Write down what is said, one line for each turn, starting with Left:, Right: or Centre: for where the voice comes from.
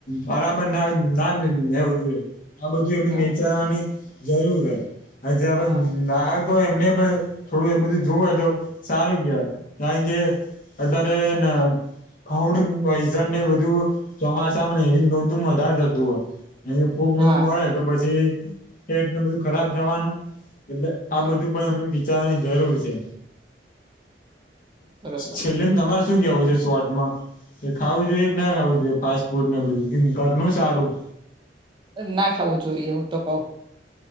Left: બરાબર ના‌ હોય ના લેવું જોઈએ આ બધું એને
Right: હા
Left: વિચારવાની જરૂર હે <unintelligible>
Right: હા
Left: પણ ગ્રાહકો એમને પણ થોડું એ બધું જોવે તો સારું કહેવાય કારણ કે અત્યારેને ફૂડ પોઈઝન ને બધું ચોમાસા માં ને એવી ઋતુ માં વધારે થતું હોય. એ ફૂગ ને
Right: હા
Left: બધું વળે તો પછી પેટને બધું ખરાબ થવાનું એટલે
Right: હા
Left: આ બધું પણ એમ જવાની જરૂર છે
Right: બરોબર
Left: છેલ્લેન તમાર શું કહેવું છે શોર્ટમાં એ ખાવું જોઈએ કે ના ખાવું જોઈએ ફાસ્ટ ફૂડ ને બધું ઘરનું સારું?
Right: ના ખાવું જોઈએ હું તો કઉ